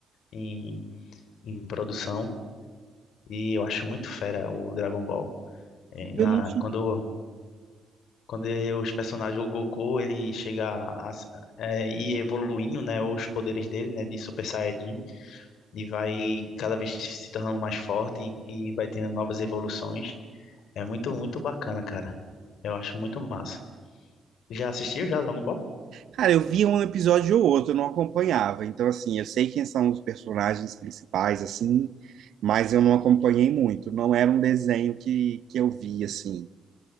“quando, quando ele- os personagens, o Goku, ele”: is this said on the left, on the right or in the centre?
Left